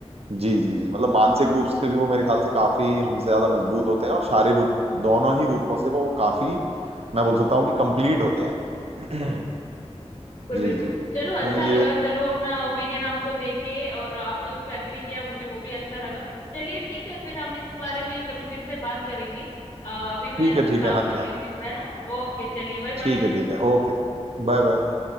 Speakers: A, on the right (about 60°); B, on the left (about 25°).
A: जी जी जी मतलब
B: हाँ
A: मानसिक
B: हाँ
A: रूप से भी वो मेरे ख्याल से काफी हमसे ज्यादा मजबूत होते हैं और शारीरिक दोनों ही रूपों से वो काफी मैं बोल सकता हूँ कि कंप्लीट होते हैं <clears throat>
B: बिल्कुल
A: जी
B: बिल्कुल
A: जी जी
B: चलो अच्छा
A: नहीं
B: लगा
A: ये
B: चलो अपना ओपिनियन आपको देके और आपने उस पर अग्री किया मुझे वो भी अच्छा लगा चलिए ठीक है फिर हम इस बारे में कभी फिर से बात करेंगे अ, अभी मैं
A: ठीक
B: कुछ
A: है ठीक
B: काम
A: है हाँ
B: कर
A: जी
B: लेती हूँ है ना ओके चलिए बाय
A: ठीक
B: बाय
A: है ठीक है ओके Bye bye